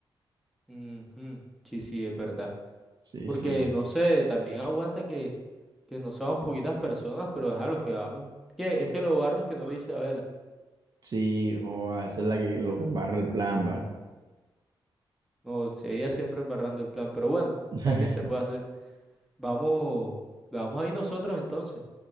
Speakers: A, in the centre; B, on the right (about 45°).
A: Ujú, Sí, sí, es verdad.
B: Sí,
A: Porque
B: sí.
A: no sé, también aguanta que, que no somos poquitas personas, pero ajá, los que vamos. Que, es que lo barro es que no dice Abela.
B: Sí, joda, esa es la que, lo que embarra el plan, ¿vale?
A: No, sí, ella siempre embarrando el plan, pero bueno,
B: <laughs>
A: ya que se puede hacer, vamos, vamos ahí nosotros entonces.